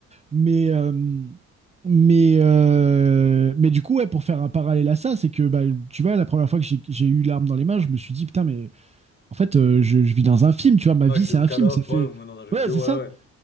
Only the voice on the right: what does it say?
mais... euh, mais, euh, mais du coup, ouais, pour faire un parallèle à ça, c'est que bah, tu vois, la première fois que j'ai j'ai eu l'arme dans les mains, je me suis dit, putain, mais en fait, euh, je, je vis dans un film, tu vois, ma
vie,
c'est
un
film.
Ça fait.
Ouais,
c'est ça.